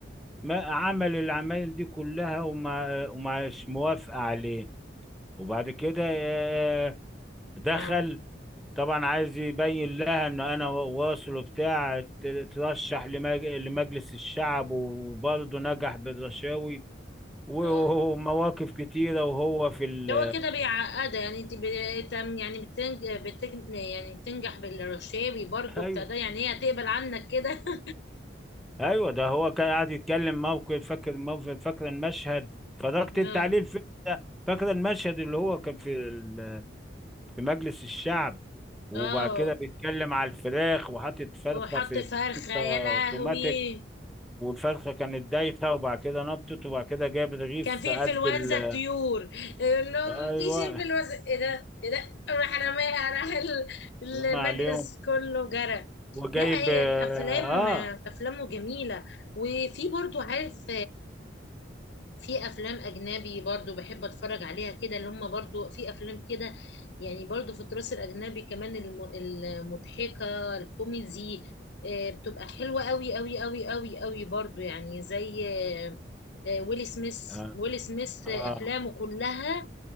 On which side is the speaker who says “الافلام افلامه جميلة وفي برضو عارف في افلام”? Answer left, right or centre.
Left